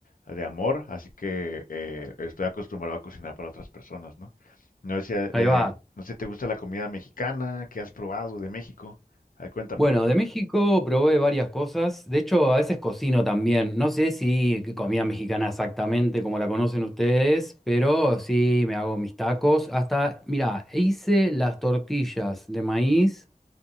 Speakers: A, on the left; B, in the centre.
A: de amor, así que eh, estoy acostumbrado a cocinar para otras personas, ¿no? No sé, si,
B: Ahí
A: eh,
B: va.
A: no sé, ¿te gusta la comida mexicana? ¿Qué has probado de México? A ver, cuéntame.
B: Bueno, de México probé varias cosas, de hecho a veces cocino también, no sé si comida mexicana exactamente como la conocen ustedes, pero sí me hago mis tacos, hasta, mira, hice las tortillas de maíz